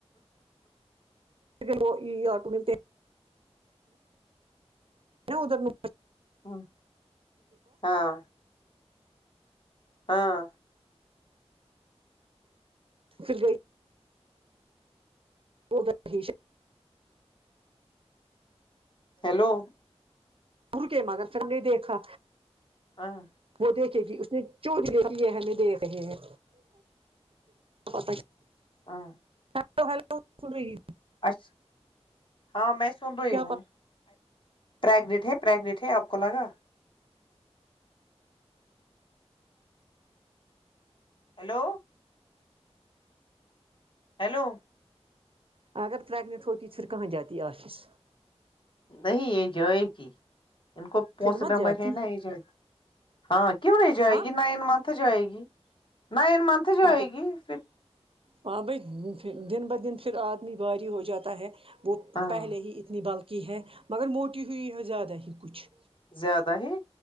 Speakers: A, on the right; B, on the left.
A: وہ یہ آٹو ملتے ہیں ن ادھر ن
B: ہاں ہاں ہاں
A: سھر <unintelligible> اد ہی <unintelligible>
B: ہیلو
A: گول کے م اگر پ ہم نے دیکھا
B: ہاں
A: وہ دیکھے گی اس نے چوج دیک ہے ہمیں دیکھ رہے ہیں پت
B: ہاں
A: ہیلو ہیلو سن رہی
B: اچ ہاں میں سن رہی
A: کیا
B: ہوں
A: پتا
B: پرگنٹ ہے پرریگنٹ ہے آپ کو لگا ہیلو ہیلو
A: اگر پریگننٹ ہوتیی پھر کہ جاتی آفس
B: نہیں ایج ہے کی ہی ان کو پوچ
A: پھر مت
B: ڈمبر
A: جاتی
B: ہے نا ایج ہاں کیوں نہیں جائے
A: ہاں
B: گی نائن منت جائے گی نائن منتھ جائے
A: ا
B: گی پھر
A: ہاں بھائی دن بدن پھر آدمی بھاری ہو جاتا ہے وہ
B: ہاں
A: پہلے ہی اتنی بلکی ہے مگر موٹی ہوئی ہے زیادہ ہی کچھ
B: زیادہ ہے